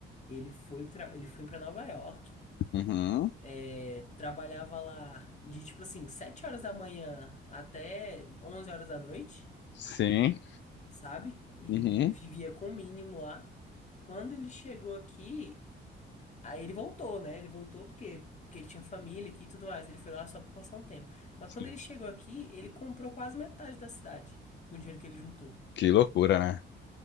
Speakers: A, on the left; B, on the left.
A: Ele foi, tra- ele foi para Nova York,
B: uhum,
A: é, trabalhava lá de tipo assim, 7 horas da manhã até 11 horas da noite.
B: sim,
A: sabe? E,
B: uhum,
A: e vivia com o mínimo lá. Quando ele chegou aqui, aí ele voltou, né? Ele voltou porque, porque ele tinha família aqui e tudo mais. Ele foi lá só pra passar um tempo. Mas
B: sim.
A: quando ele chegou aqui, ele comprou quase metade da cidade com o dinheiro que ele juntou.
B: Que loucura, né?